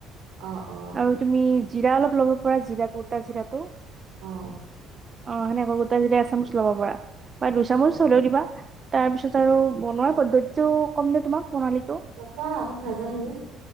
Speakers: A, on the right; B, on the right.
A: অ অ
B: আৰু তুমি জিৰা অলপ লব। জিৰাটো বতা জিৰাটো।
A: অ।
B: অ সেনেকে গোটাই যেতিয়া এচামুচ লব পাৰা বা দুইচামুচ হলেও দিবা তাৰ পিছত আৰু। পন্ধতিটো কম দে তোমাক প্ৰণালী।
A: যাবা নাজানো যে।